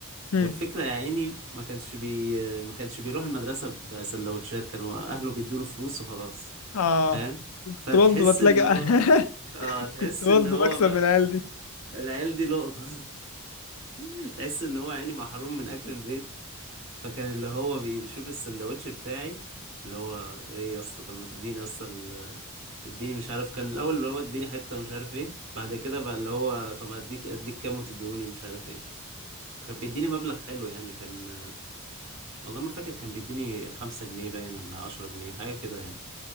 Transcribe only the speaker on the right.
والفكره يا عيني ما كانش بي ما كانش بيروح المدرسه بسندوتشات كانوا اهله بيدوله فلوس وخلاص
فاهم
فتحس
ان هو
اه تحس
ان هو
بقى
العيال دي لقطة <laughs> تحس ان هو يعني محروم من اكل البيت فكان اللي هو بي- بيشوف السندوتش بتاعي اللي هو ايه يا اسطى طب ما تديني يا اسطى ال- اديني مش عارف كان الاول اللي هو اديني حتة مش عارف ايه بعد كده بقى اللي هو طب هديك اديك كام وتدوني مش عارف ايه فكان بيديني مبلغ حلو يعني كان والله ما فاكر كان بيديني خمسة جنيه باين ولا عشرة جنيه حاجة كده يعني